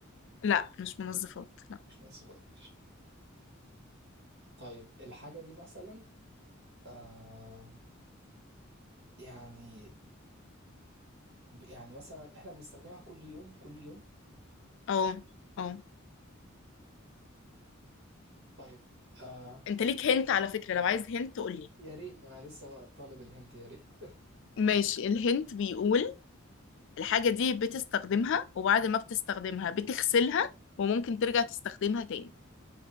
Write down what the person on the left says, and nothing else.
لا مش منظفات لا
اه اه
انت ليك هنت على فكرة لو عايز هنت قولي
ماشي الهنت بيقول الحاجة دي بتستخدمها وبعد ما بتستخدمها بتغسلها وممكن ترجع تستخدمها تاني